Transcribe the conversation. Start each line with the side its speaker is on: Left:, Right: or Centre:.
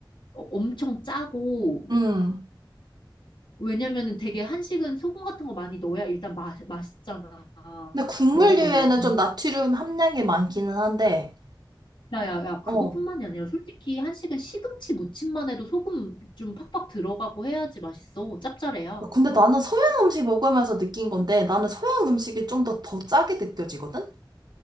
Left: 어, 엄청 짜고,
Right: 응.
Left: 왜냐면은 되게 한식은 소금 같은 거 많이 넣어야 일단 맛, 맛있잖아.
Right: 근데 국물류에는
Left: 먹어보면.
Right: 좀 나트륨 함량이 많기는 한데,
Left: 야, 야, 야, 그것뿐만이
Right: 어.
Left: 아니라 솔직히 한식은 시금치 무침만 해도 소금 좀 팍팍 들어가고 해야지 맛있어. 짭짤해야.
Right: 근데 나는 서양 음식 먹으면서 느낀 건데, 나는 서양 음식이 좀 더 더 짜게 느껴지거든?